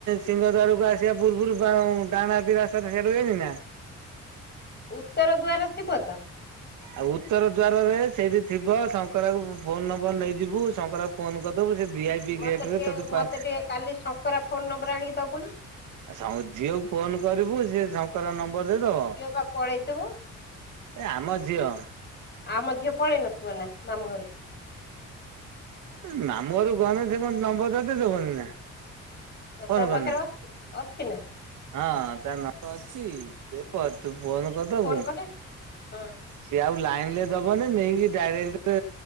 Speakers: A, on the right (about 80°); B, on the left (about 35°).
A: ସିଂହଦ୍ୱାରକୁ ଆସିବା ପୂର୍ବରୁ ପା ଡାହାଣ ହାତୀ ରାସ୍ତାଟା ସିଆଡୁକୁ ଯାଇନି ନା?
B: ଉତ୍ତର ଦ୍ଵାର ଥିବ ତ?
A: ଆଉ ଉତ୍ତର ଦ୍ଵାରରେ ସେଇଠି ଥିବ ଶଙ୍କରାକୁ ମୁଁ ଫୋନ ନମ୍ବର ନେଇ ଯି ଯିବୁ ଶଙ୍କରାକୁ ଫୋନ କରିଦୋବୁ ସିଏ ଭି ଆଇ ପି
B: ମତେ
A: ଗେଟରେ
B: ଟିକେ
A: ତତେ
B: ମତେ
A: ପା
B: ଟିକେ କାଲି ଶଙ୍କରା ଫୋନ ନମ୍ବର ଆଣିକି ଦୋବୁ ନା?
A: ଆ ସାଉଁ ଝିଅକୁ ଫୋନ କରିବୁ ସିଏ ଶଙ୍କରା ନମ୍ବର ଦେଇଦବ
B: ଝିଅ ବା ପଳେଇଥିବ
A: ଏ ଆମ ଝିଅ।
B: ଆ ଆମ ଝିଅ ପଳେଇ ନଥିବ ନା ମାମୁଁ ଘରକୁ।
A: ଉଁ ମାମୁଁ ଘରକୁ ଗନେ ସେ କଣ ନମ୍ବରଟା ଦେଇଦବନି ନା।
B: ଓ
A: ଫୋନ
B: ତା
A: କନେ
B: ପାଖରେ ଅଛି ଅଛି ନା?
A: ହଁ ତା ନମ୍ବର ଅଛି ଦେବ ତୁ ଫୋନ କରିଦୋବୁ
B: ଫୋନ କଲେ ହଁ
A: ସିଏ ଆଉ ଲାଇନରେ ଦବନେଇ ନେଇକି ଡାଇରେକ୍ଟେ